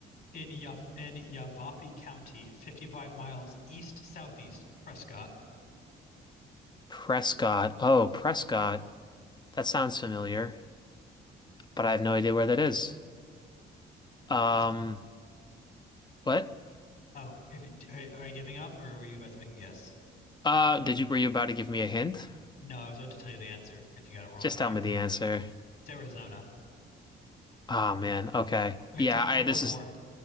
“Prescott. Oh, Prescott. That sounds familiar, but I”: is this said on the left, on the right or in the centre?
Left